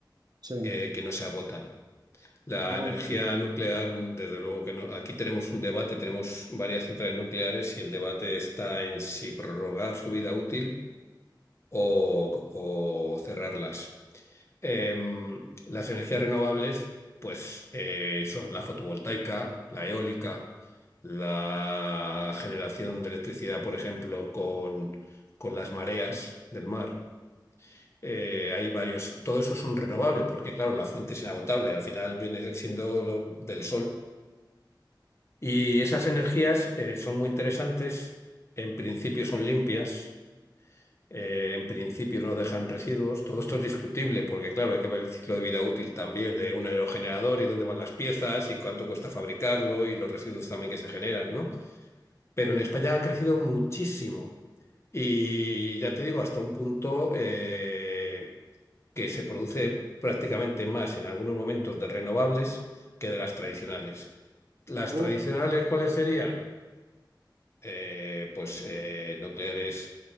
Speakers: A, on the right; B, on the left.
A: Sí,
B: eh, que no se agotan. La
A: Ah,
B: energía
A: ok,
B: nuclear, desde luego que no. Aquí tenemos un debate, tenemos varias centrales nucleares y el debate está en si prorrogar su vida útil o, o cerrarlas em, las energías renovables, pues eh, son la fotovoltaica, la eólica, la generación de electricidad, por ejemplo, con, con las mareas del mar. Eh, hay varios, todo eso son renovables, porque claro, la fuente es inagotable, al final viene siendo lo del sol. Y esas energías eh, son muy interesantes, en principio son limpias eh, en principio no dejan residuos. Todo esto es discutible porque, claro, hay que ver el ciclo de vida útil también de un aerogenerador y dónde van las piezas y cuánto cuesta fabricarlo y los residuos también que se generan, ¿no? Pero
A: sí,
B: en España ha crecido muchísimo y ya te digo, hasta un punto eh, que se produce prácticamente más en algunos momentos de renovables que de las tradicionales. ¿Las
A: ok,
B: tradicionales cuáles serían? eh, pues eh, nucleares,